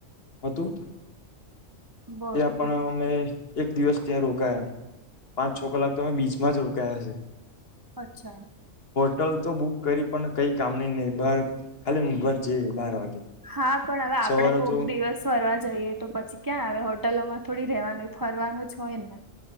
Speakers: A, on the left; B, on the right.
A: હતું
B: બરોબર
A: ત્યાં પણ અમે એક દિવસ ત્યાં રોકાયા પાંચ છ- કલાક તો અમે બીચમાં જ રોકાયા છે.
B: અચ્છા <inaudible>
A: હોટલ તો બુક કરી પણ કઈ કામની નહી બાર ખાલી મોંઘવારી જઈએ બાર વાગે.
B: હા પણ હવે આપડે
A: સવારે
B: કોક
A: તો
B: દિવસ ફરવા જઈએ તો પછી ક્યાં આવે હોટલોમાં થોડી રહેવાનું ફરવાનું જ હોય ને.